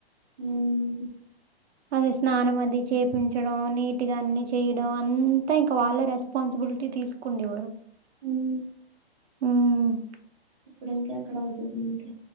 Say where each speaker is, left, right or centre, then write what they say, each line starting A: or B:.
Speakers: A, on the right; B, on the right.
A: హ్మ్
B: అదే స్నానం అది చేపించడం నీట్గా అన్ని చేయడం అంతా ఇంకా వాళ్లే రెస్పాన్సిబిలిటీ తీసుకుండేవారు
A: మ్మ్
B: మ్మ్
A: ఇప్పుడు ఇంకా ఎక్కడ అవుతది మనకి